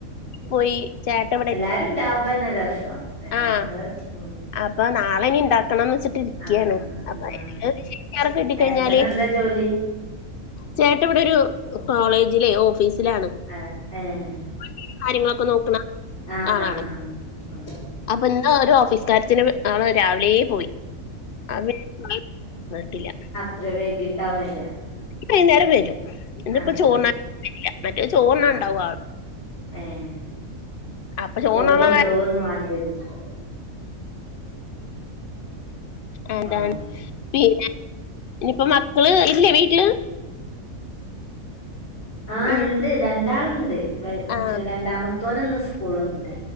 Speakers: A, on the left; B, on the left.
A: പോയി ചേട്ടൻ
B: എല്ലാരും ഇണ്ടാവുമ്പന്നെ രസം. എല്ലാ
A: ആഹ്
B: നമ്മള് ഉം
A: അപ്പ നാളെ ഇനി ഇണ്ടാക്കണംന്ന് വെച്ചി ട്ട് ക്ക്യാണ്.
B: ആഹ് ആഹ്
A: അപ്പയ്ന്ല്ലത്
B: ആഹ്
A: <unintelligible> കിട്ടിക്കഴിഞ്ഞാല്
B: ഏട്ടനെന്താ ജോലി
A: ചേട്ട ഇവിടെ ഒരു കോളേജിലെ ഓഫീസിലാണ്.
B: ആഹ് ഏഹ്
A: <unintelligible> കാര്യങ്ങളൊക്കെ നോക്ണ
B: ആഹ്
A: ആളാണെ.
B: ആഹ് ആഹ് ഉം
A: അപ്പൊ ഇന്ന് ഒരു ഓഫീസ് കാര്യത്തിന് ആള് രാവിലെ പോയി. <unintelligible> വന്നിട്ടില്ല
B: <unintelligible> വൈകിട്ടാ വരാ
A: വൈന്നേരം വരും ഇന്ന്പ്പ
B: ആഹ്
A: ചോർണ്ണാൻ എത്തീട്ടില്ല. മറ്റേ ചോറ്ണ്ണാൻ
B: ആഹ്
A: ഉണ്ടാവും ആള്.
B: ഏഹ്
A: അപ്പൊ ചോറിനുള്ള
B: ചോറ് കൊണ്ടോവൊന്നും
A: കാര്യം
B: വാണ്ടര്യൂ ലേക്കാരം.
A: ആതാണ്
B: ആഹ്
A: പിന്നെ ഇനിയിപ്പ മക്കള് ഇല്ലേ വീട്ടില്?
B: ആഹ്
A: ഉം.
B: ഇണ്ട് രണ്ടാള്ണ്ട്. വൽ
A: ആ
B: രണ്ടാമത്തോന് ന്ന് സ്കൂളുണ്ട്.